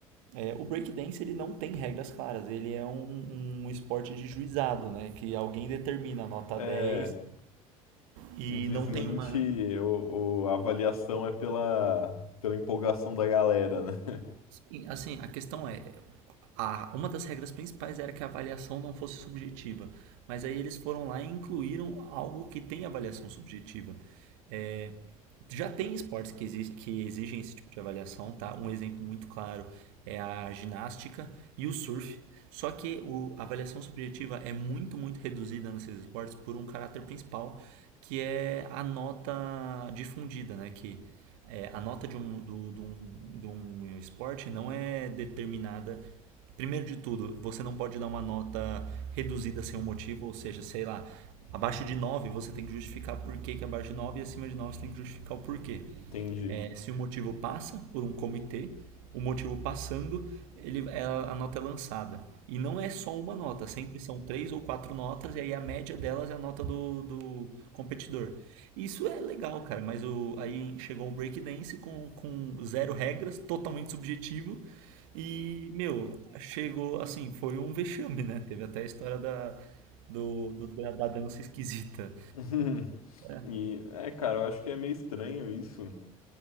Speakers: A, on the right; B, on the left.
A: É, o breakdance ele não tem regras claras, ele é um, um esporte de juizado, né? Que alguém determina a nota
B: É,
A: 10 e
B: simplesmente
A: não tem uma.
B: o, o- a avaliação é pela, pela empolgação da galera, né?
A: Sim, Assim, a questão é, a- uma das regras principais era que a avaliação não fosse subjetiva, mas aí eles foram lá e incluíram algo que tem avaliação subjetiva. É, Já tem esportes que, exi- que exigem esse tipo de avaliação, tá? Um exemplo muito claro é a ginástica e o surf. Só que o- a avaliação subjetiva é muito, muito reduzida nesses esportes por um caráter principal, que é a nota difundida, né? Que é, a nota de um, do, de um, de um esporte não é determinada Primeiro de tudo, você não pode dar uma nota reduzida sem um motivo, ou seja, sei lá, abaixo de 9 você tem que justificar por que que é abaixo de 9 e acima de 9 você tem que justificar o porquê.
B: <laughs> Entendi.
A: É, se o motivo passa por um comitê, o motivo passando, ele, é- a nota é lançada. E não é só uma nota, sempre são três ou quatro notas, e aí a média delas é a nota do, do competidor. Isso é legal, cara, mas o, aí chegou o breakdance com, com zero regras, totalmente subjetivo, e, meu, chegou assim, foi um vexame, né? Teve até a história da, do, do- da, da dança esquisita.
B: <laughs>
A: É,
B: E é, cara, eu acho que é meio estranho isso,